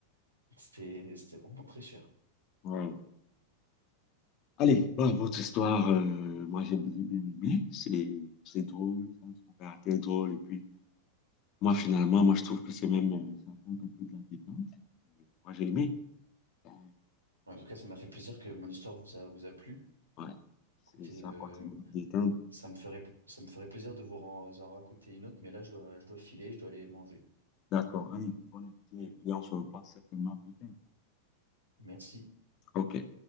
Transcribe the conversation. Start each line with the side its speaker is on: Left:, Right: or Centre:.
Right: C'était, c'était vraiment très cher.
Left: Waouh. Allez, bah, votre histoire, euh, moi j'ai j'ai bien aimé. C'est c'est drôle, hein, son caractère est drôle et puis. Moi, finalement, moi, je trouve que c'est même, euh, ça apporte un peu de la détente. Et Moi, j'ai aimé. Euh,
Right: En tout cas, ça m'a fait plaisir que mon histoire vous a, vous a plu.
Left: ouais, c'est,
Right: Écoutez,
Left: ça
Right: euh,
Left: apporte une détente.
Right: ça me ferait, ça me ferait plaisir de vous en, en raconter une autre, mais là, je dois, je dois filer, je dois aller manger.
Left: D'accord. Allez, bonne appétit.
Right: Et
Left: Et puis, on se repasse certainement plus tard.
Right: merci.
Left: OK.